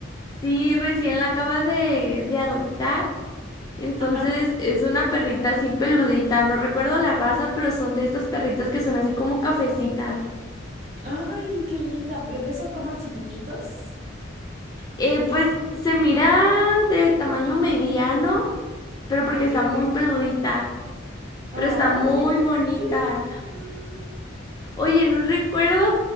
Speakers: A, on the left; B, on the right.
A: Sí, recién la acaba de, de adoptar. Entonces
B: Ajá.
A: es una perrita así peludita. No recuerdo la raza, pero son de estas perritas que son así como cafecitas.
B: Ay, qué linda, pero de esos como chiquititos.
A: Eh, pues se mira de tamaño mediano, pero porque
B: Ok,
A: está muy
B: ok.
A: peludita.
B: Ay,
A: Pero está muy
B: qué
A: bonita.
B: tierna.
A: Oye, no recuerdo